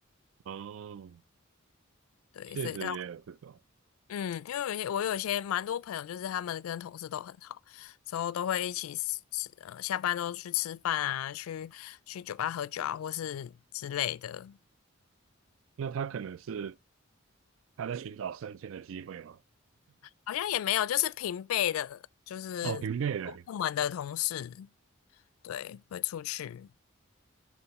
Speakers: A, on the right; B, on the left.
A: 哦，
B: 对，
A: 确实也有这种。
B: 所以但嗯，因为有些我有些蛮多朋友，就是他们跟同事都很好，之后都会一起吃，吃呃，下班都去吃饭啊，去去酒吧喝酒啊，或是之类的。
A: 那他可能是他在寻找升迁的机会嘛？
B: 好像也没有，就是平辈的，就是同部门的同事，
A: 哦，平辈的，
B: 对，会出去。